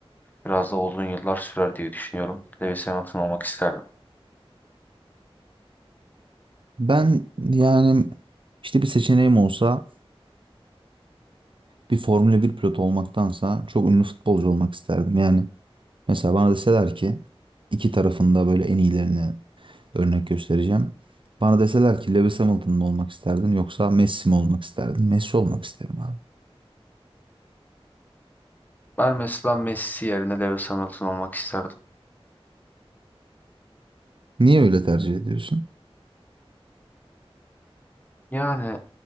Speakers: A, on the left; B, on the right.
A: biraz da uzun yıllar sürer diye düşünüyorum. Lewis Hamilton olmak isterdim.
B: Ben yani işte bir seçeneğim olsa bir Formula bir pilotu olmaktansa çok ünlü futbolcu olmak isterdim. Yani Mesela bana deseler ki iki tarafında böyle en iyilerini örnek göstereceğim. Bana deseler ki Lewis Hamilton mı olmak isterdin yoksa Messi mi olmak isterdin? Messi olmak isterim abi.
A: Ben mesela Messi yerine Lewis Hamilton olmak isterdim.
B: Niye öyle tercih ediyorsun?
A: Yani